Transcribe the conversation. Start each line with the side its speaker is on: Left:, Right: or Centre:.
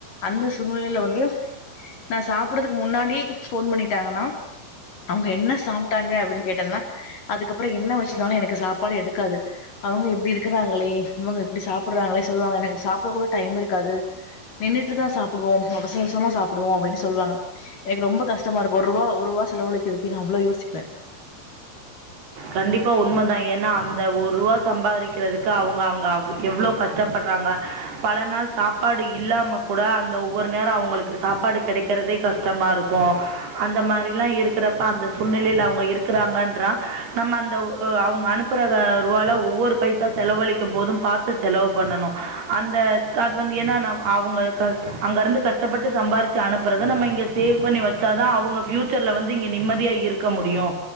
Left: அந்தச் சூழ்நிலையில வந்து நா சாப்பறதுக்கு முன்னாடி ஃபோன் பண்ணிட்டாங்கன்னா அவங்க என்ன சாப்ட்டாங்க அப்டினு கேட்டனா அதுக்கறோ என்ன வச்சிருந்தாலு எனக்கு சாப்பாடே எடுக்காது அவங்க எப்டி இருக்குறாங்களே இவங்க எப்டி சாப்பிடுறாங்களே சொல்லுவாங்க எனக்கு சாப்பிட கூட டைம் இருக்காது நின்னுட்டுதா சாப்பிடுவோ அவசர அவசரமா சாப்பிடுவோ அப்டின்னு சொல்லுவாங்க எனக்கு ரொம்ப கஷ்டமா இருக்கு ஒரு ரூவா ஒரு ரூவா செலவுழக்குறதுக்கு நா அவ்ளோ யோசிப்பே
Right: கண்டிப்பா உண்மதா ஏன்னா அந்த ஒர் ரூவா சம்பாதிக்கிறதுக்கு அவங்க அங்க எவ்வளோ கஷ்டப்படுறாங்க ப பல நாள் சாப்பாடு இல்லாம கூட அந்த ஒவ்வொரு நே சாப்பாடு கெடைக்கறதே கஷ்டமா இருக் க்கு அந்த மாரிலாம் இருக்கிறப்ப அந்த சூழ்நிலையில அவங்க இருக்கிறாங்கன்றா நம்ம அந்த ஒ அவுங்க அனுப்புறத <unintelligible> ஒவ்வொரு பைசா செலவழிக் துபோதும் பாத்து செலவு பண்ணணு அந்த காட் வந்து ஏன்னா நா அவுங்க க அங்கருந்து கஷ்டபட்டு சம்பாரிச்சு அனுப்பறத நம்ம இங்க சேவ் பண்ணி வச்சாதா அவுங்க ஃப்யூச்சர்ல வந்து இங்க நிம்மதியா இருக்க முடியு